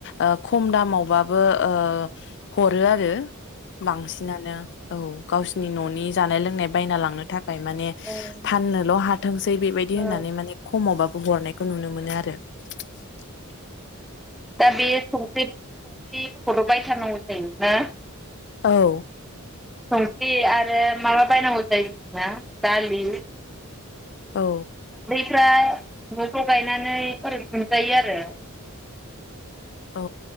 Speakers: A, on the left; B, in the centre.
A: ओ खम दामावबाबो ओ हरो आरो बांसिनानो औ। गावसिनि ननि जानाय लोंनाय बायना लांनो थाखाय। <unintelligible> माने
B: ओं
A: फाननोल हाथोंसै बेबायदि
B: औ
A: होननानै माने खमावबाबो हरनायखौ नुनो मोनो आरो। <inaudible>
B: दा बे संख्रि संख्रिफोरखौथ बायथारनांगौ जायो ना।
A: औ।
B: संख्रि आरो माबा बायनांगौ जायो जोंना दालि
A: औ।
B: फ्रा नफ्राव गायनानै मोनजायो आरो।
A: औ